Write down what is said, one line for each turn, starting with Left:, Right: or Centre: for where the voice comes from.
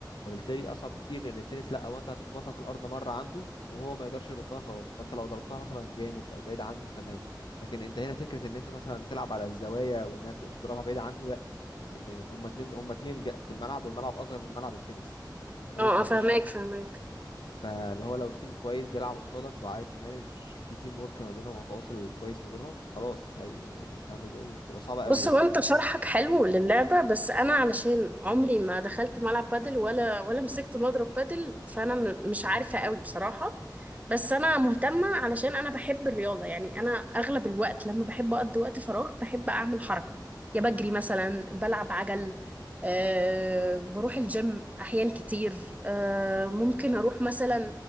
Left: فبالتالي اصعب بكتير لان التنس لا هو انت هتخبطها في الارض مره عنده وهو ما يقدرش يردها خلاص فانت لو ضربتها مثلا جامد او بعيد عنه تمام لكن انت هنا فكره ان انت مثلا تلعب على الزوايا وانها ت- تضربها بعيد عنه لا ان هما اتنين هما اتنين جا- في الملعب والملعب اصغر من ملعب التنس فاهماني
Right: اه
Left: فمفيش
Right: اه فهماك فهماك
Left: فاللي هو لو تيم كويس بيلعب قصادك وعارف يمانج في تيم ورك ما بينهم او تواصل كويس ما بينهم خلاص هي يعني فاهمه ازاي بتبقى صعبه
Right: بص
Left: قوي يعني
Right: هو انت شرحك حلو للعبة بس انا علشان عمري ما دخلت ملعب بادل ولا ولا مسكت مضرب بادل فانا م- مش عارفة قوي بصراحة بس انا مهتمة علشان انا بحب الرياضة يعني انا اغلب الوقت لما بحب اقضي وقت فراغ بحب اعمل حركة يا بجري مثلا بلعب عجل أه بروح الجيم احيان كتير أه ممكن اروح مثلا